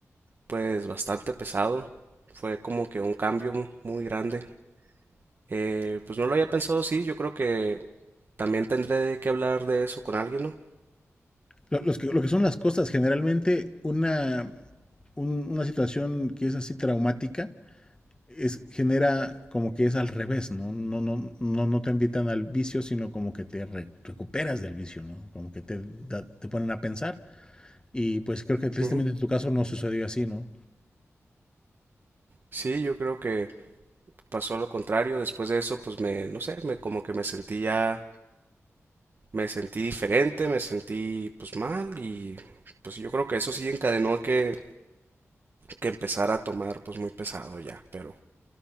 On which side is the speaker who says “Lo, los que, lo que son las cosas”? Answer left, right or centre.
Left